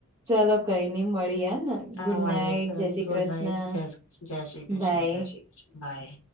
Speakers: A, on the right; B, on the left.
A: ચલો કઈ નઈ મળી હ ને
B: હા
A: ગુડ
B: વાળીએ
A: નાઈટ
B: ચલો
A: જય શ્રી
B: ગુડ
A: કૃષ્ણ
B: નાઇટ જય જય શ્રી કૃષ્ણ
A: બાય
B: જય શ્રી. બાય.